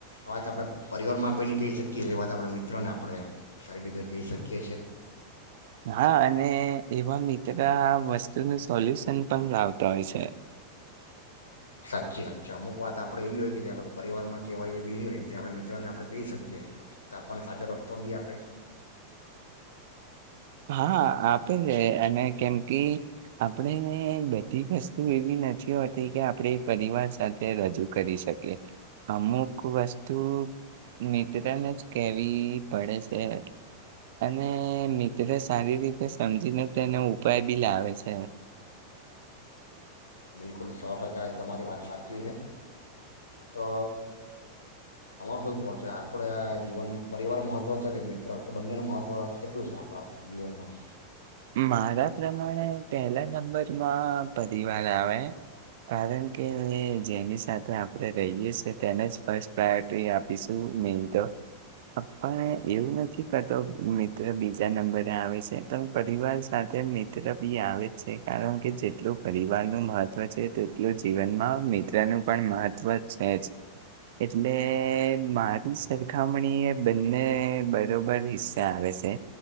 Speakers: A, on the left; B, on the right.
A: વાત આપણે પરિવારમાં આપણને નહી કહી શકીએ એ વાત આપણે મિત્રોને આપણે સારી રીતે કહી શકીએ છે.
B: હા અને એવા મિત્ર વસ્તુનું સોલ્યુશન પણ લાવતા હોય છે.
A: સાચી વાત છે. અમુક વાત આપણે એવી હોય કે જે આપણે પરિવારમાં કહેવાય એવી નહી હોય જે આપણે મિત્રોને આપણે કહી શકીએ તો આપણને સાચો રસ્તો બી આપે
B: હાઆ આપ પેને અને કેમ કે ઈ આપણે બધી વસ્તુ એવી નથી હોતી કે આપડે પરિવાર સાથે રજૂ કરી શકીએ. અમુક વસ્તુ મિત્રને જ કેવી પડે છે અને મી ત્ર સારી રીતે સમજીને તેનો ઉપાય બી લાવે છે.
A: બિલકુલ સો ટકા આજે તમારી વાત સાચી છે. તો તમારું શું કેવાનુ છે આપણા જીવન પરિવાર મહત્ત્વ છે કે મિત્ર કે બંનેનું મહત્ત્વ કેટલું છે આપણા જીવનમાં?
B: મારા પ્રમાણે પહેલા નંબરમાં પરિવાર આવે કારણકે જેની સાથે આપણે રહીએ છીએ તેને જ ફર્સ્ટ પ્રાયોરિટી આપીશું મેન તો પણ એવું નથી કરતો મિત્ર બીજા નંબરે આવે છે પણ પરિવાર સાથે મિત્ર બી આવે જ છે કારણ કે જેટલું પરિવારનું મહત્ત્વ છે તેટલું જીવનમાં મિત્રનું પણ મહત્ત્વ છે જ. એટલે મારી સરખામણીએ બંને બરોબર હિસ્સા આવે છે.